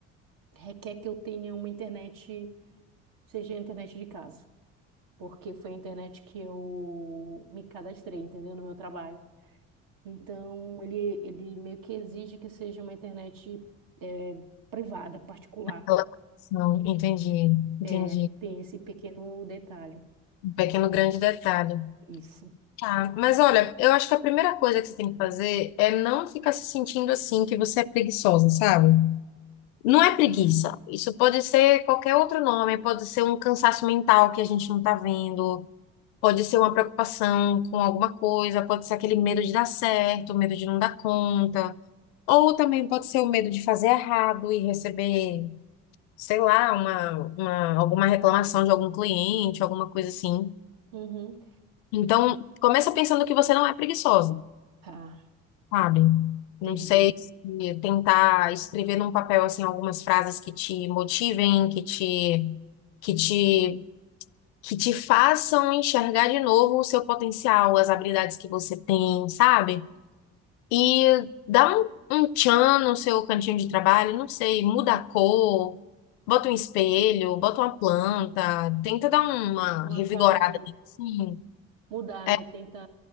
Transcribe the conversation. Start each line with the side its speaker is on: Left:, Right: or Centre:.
Right: requer que eu tenha uma internet, seja a internet de casa. Porque foi a internet que eu me cadastrei, entendeu? No meu trabalho. Então, ele, ele meio que exige que seja uma internet eh, privada, particular.
Left: Aquela conexão. Entendi,
Right: É,
Left: entendi.
Right: tem esse pequeno detalhe.
Left: Um pequeno grande detalhe.
Right: Isso.
Left: Tá. Mas olha, eu acho que a primeira coisa que você tem que fazer é não ficar se sentindo assim que você é preguiçosa, sabe? Não é preguiça. Isso pode ser qualquer outro nome, pode ser um cansaço mental que a gente não tá vendo, pode ser uma preocupação com alguma coisa, pode ser aquele medo de dar certo, medo de não dar conta, ou também pode ser o medo de fazer errado e receber sei lá, uma, uma, alguma reclamação de algum cliente, alguma coisa assim.
Right: Uhum.
Left: Então, começa pensando que você não é preguiçosa,
Right: Ah,
Left: sabe? Não
Right: entendi.
Left: sei se tentar escrever num papel assim algumas frases que te motivem, que te que te que te façam enxergar de novo o seu potencial, as habilidades que você tem, sabe? E dá um, um tchan no seu cantinho de trabalho, não sei, muda a cor, bota um espelho, bota uma planta, tenta dar uma
Right: uma
Left: revigorada
Right: cara de
Left: nele, assim.
Right: mudar,
Left: É
Right: né? Tenta